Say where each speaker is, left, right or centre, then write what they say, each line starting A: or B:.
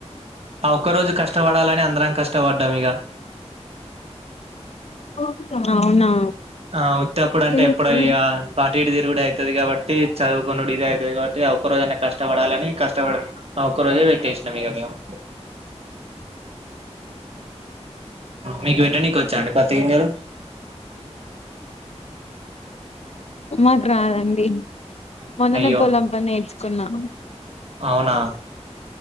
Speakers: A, on the right; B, on the left.
A: ఆ ఒక్క రోజు కష్టపడాలని అందరం కష్టపడ్డం ఇగ.
B: ఓ అవునా.
A: ఆ వుత్తప్పుడు అంటే ఎప్పుడొ
B: ఊహూ
A: ఇగ అటుఇటు తిరుగుడే అయితది కాబట్టి, చదువుకునుడు ఇదే అయితది కాబట్టి. ట్టి, ఆ ఒక్క రోజన్నా కష్టపడాలని కష్టవడ ఆ ఒక్క రోజే వెట్టి. ట్టేసినం ఇగ మేము. మీకు వెట్టనీకి వచ్చా అండి పత్తి గింజలు.
B: మాకు రాదండి మొన్ననే
A: అయ్యో
B: పొలం పని నేర్చుకున్నా.
A: అవునా.